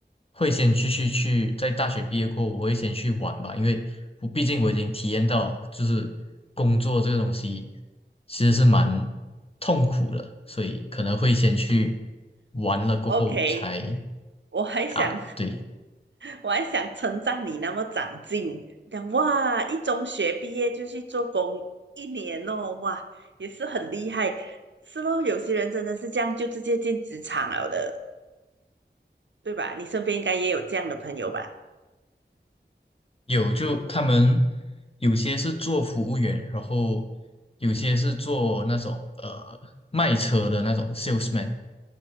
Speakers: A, on the left (about 30°); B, on the right (about 75°).
A: 会先继续去，在大学毕业过后，我会先去玩吧，因为我毕竟我已经体验到，就是工作这个东西其实是蛮痛苦的，所以可能会先去玩了过后才
B: ？OK，我还想
A: 啊，对，
B: 我还想称赞你那么长进，讲哇，一中学毕业就去做工一年哦，哇，也是很厉害。是咯，有些人真的是这样，就直接进职场了的，对吧？你身边应该也有这样的朋友吧？
A: 有就他们有些是做服务员，然后有些是做那种呃卖车的那种 salesman。